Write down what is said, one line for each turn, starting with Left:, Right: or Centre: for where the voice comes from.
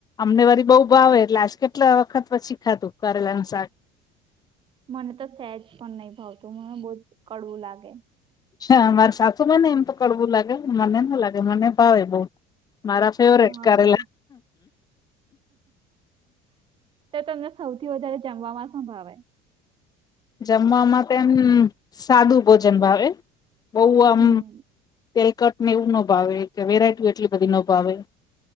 Left: અમને વરી બઉુ ભાવે એટલે આજ કેટલા વખત પછી ખાધું કરેલાનું શાક.
Right: મને તો સેજ પણ નહી ભાવતું મને બહજ કડવું લાગે.
Left: હા મારે સાસુમાં ને એમ તો કડવું લાગે મને ના લાગે મને ભાવે બઉ. મારા ફેવરેટ
Right: હા
Left: કરેલા.
Right: તો તમને સૌથી વધારે જમવામાં શું ભાવે?
Left: જમવામાં તેમ એમ સાદું ભોજન ભાવે, બહ આમ
Right: હમ
Left: તેલકટ ને એવું નો ભાવે કે વેરાયટી એટલી બધી નો ભાવે.